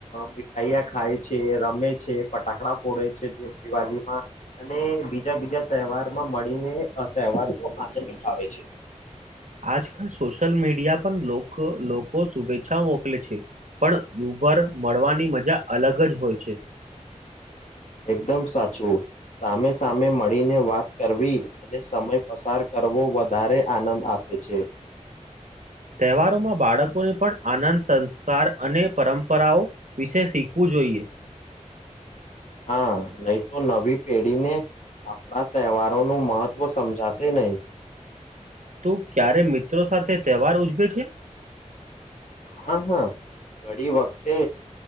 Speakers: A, on the left; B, on the right.
A: મીઠાાઈયા ખાય છે, રમે ફટાકડા ફોડે છે જે દિવાળમાં, અને બ બીજા બીજા તહેવાર માં મળીને આ તહેવાર નો આનંદ ઉઠાવે છે.
B: આજકાલ સોશિયલ મીડિયા પણ લોકો શુભેચ્છાઓ મોકલે છે. પણ યુબર મળવાની મજા અલગ જ હોય છે. <inaudible>
A: એકદમ સાચું સામે સામે મળીને વાત કરવી, અને સમય પસાર કરવો. વધારે આનંદ આપે છે.
B: <inaudible> તહેવારોમાં બાળકોને પણ આનંદ સંસ્કાર અને પરંપરાઓ, વિશે શીખવું જોઈએ. જોઈએ.
A: હા નહી તો નવી પેઢીને. આપણા તહેવારોનું મહત્વ સમજાશે નહી.
B: તું ક્યારે મિત્રો સાથે તહેવાર ઉજવે છે?
A: હા હા, ઘડી વખતે